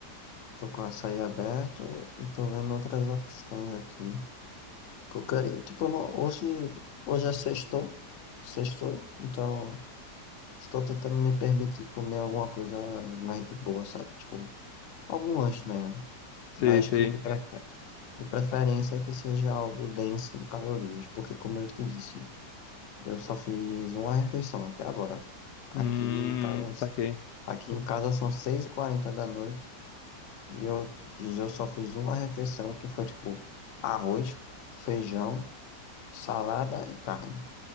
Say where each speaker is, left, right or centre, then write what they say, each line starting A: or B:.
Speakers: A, on the left; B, on the left.
A: Tô com o açaí aberto e tô vendo outras opções aqui. Qualquer, tipo, no- hoje, hoje é sextou, sextou, então estou tentando me permitir comer alguma coisa mais de boa, sabe? Tipo, algum lanche mesmo,
B: sei,
A: mas
B: sei.
A: que de, pre- de preferência que seja algo denso em calorias, porque como eu te disse, eu só fiz uma refeição até agora. Aqui
B: Hum,
A: em casa,
B: saquei.
A: aqui em casa são seis e quarenta da noite. E eu, e eu só fiz uma refeição que foi tipo arroz, feijão, salada e carne.